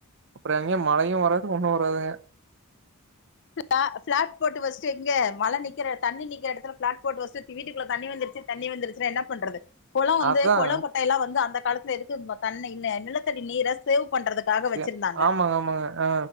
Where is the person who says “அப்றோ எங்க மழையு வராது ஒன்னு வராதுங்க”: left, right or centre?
Right